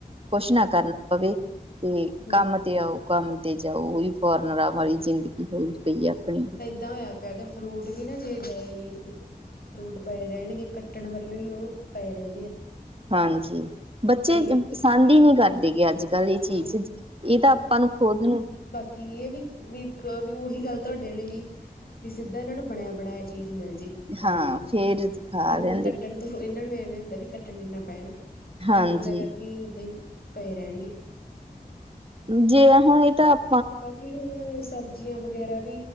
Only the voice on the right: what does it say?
ਕੁਛ ਨਾ ਕਰਨਾ ਪਵੇ। ਤੇ
ਕੰਮ ਤੇ ਆਓ ਕੰਮ ਤੇ ਜਾਓ। ਉਹੀ ਫੋਰਨਰਾ ਵਾਲੀ ਜ਼ਿੰਦਗੀ ਹੋਈ ਪਈ ਹੈ ਆਪਣੀ ਵੀ।
ਹਾਂਜੀ, ਬੱਚੇ
ਅ ਪਸੰਦ ਹੀ ਨਹੀਂ ਕਰਦੇ ਗੇ ਅੱਜ ਕੱਲ ਇਹ ਚੀਜ਼,
ਇਹ ਤਾਂ ਆਪਾਂ ਨੂੰ ਖੁਦ ਨੂੰ
ਹਾਂ
ਫੇਰ ਦਿਖਾ
ਲਈਦੇ।
ਹਾਂਜੀ
ਜੇ ਹੁਣ ਇਹ ਤਾਂ ਆਪ।